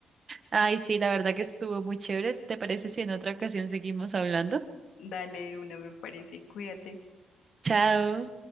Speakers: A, on the right (about 35°); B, on the left (about 75°).
A: Ay, sí, la verdad que estuvo muy chévere. ¿Te parece si en otra ocasión seguimos hablando?
B: Dale, una me parece, cuídate.
A: Chao.